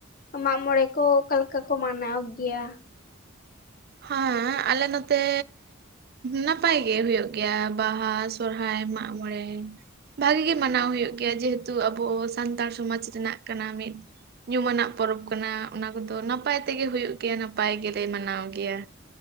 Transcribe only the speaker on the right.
ᱦᱮᱸ ᱟᱞᱮ ᱱᱚᱛᱮ ᱱᱟᱯᱟᱭ ᱜᱮ ᱦᱩᱭᱩᱜ ᱜᱮᱭᱟ ᱵᱟᱦᱟ ᱥᱚᱨᱦᱟᱭ ᱢᱟᱜᱢᱚᱬᱮ᱾ ᱵᱷᱟᱜᱤ ᱜᱮ ᱢᱟᱱᱟᱣ ᱦᱩᱭᱩᱜ ᱜᱮᱭᱟ ᱡᱮᱦᱮᱛᱩ ᱟᱵᱚ ᱥᱟᱱᱛᱟᱲ ᱥᱚᱢᱟᱡᱽ ᱨᱮᱱᱟᱜ ᱠᱟᱱᱟ ᱢᱤᱫ᱾ ᱧᱩᱢᱟᱱᱟᱜ ᱯᱚᱨᱚᱵᱽ ᱠᱟᱱᱟ, ᱚᱱᱟ ᱠᱚᱫᱚ ᱱᱟᱯᱟᱭ ᱛᱮᱜᱮ ᱦᱩᱭᱩᱜ ᱜᱮᱭᱟ ᱱᱟᱯᱟᱭ ᱜᱮᱞᱮ ᱢᱟᱱᱟᱣ ᱜᱮᱭᱟ᱾